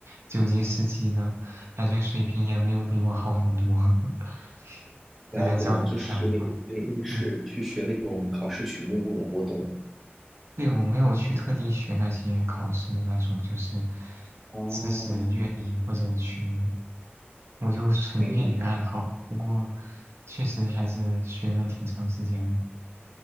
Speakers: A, on the right; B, in the centre.
A: 九级、十级的，感觉水平也没有比我好很多，<laughs>
B: 了解了，
A: 就在交流一下的话，
B: 就是有点有点应试去学那种考试曲目了，
A: 嗯。
B: 我懂。
A: 对，我没有去特地学那些考试的那种，就是
B: 哦，
A: 知识、乐理或者曲目，我就纯业余爱好。
B: 明白，
A: 不过，确实还是学了挺长时间的，